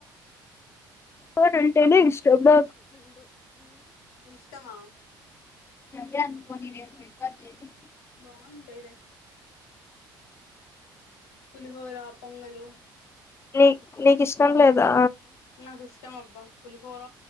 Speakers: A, on the left; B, on the left.
A: బంటేనే ఇష్టందు
B: ఇష్టమా
A: ధ్యాను పోనీ రమ పర్జేసి
B: బాగుంటాయిలే పులిహోరా పొంగల్ అలు
A: నీ నీకు ఇష్టం లేదా
B: నాకు ఇష్టం అబ్బా పలిహోర